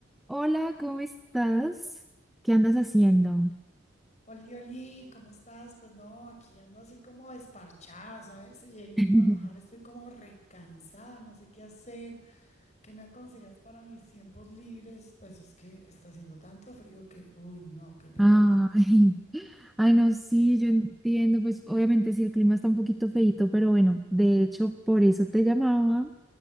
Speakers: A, in the centre; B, on the left (about 35°).
A: Hola, ¿cómo estás? ¿Qué andas haciendo?
B: Oli, oli, oli, ¿cómo estás? Pues no, aquí ando así como desparchada, ¿sabes? Llegué
A: <laughs>
B: a trabajar, estoy como recansada, no sé qué hacer. ¿Qué me aconsejas para mis tiempos libres? Pues es que está haciendo tanto frío que, uy, no, qué pereza.
A: Ay, ay, no, sí, yo entiendo, pues obviamente sí, el clima está un poquito feíto, pero bueno, de hecho por eso te llamaba,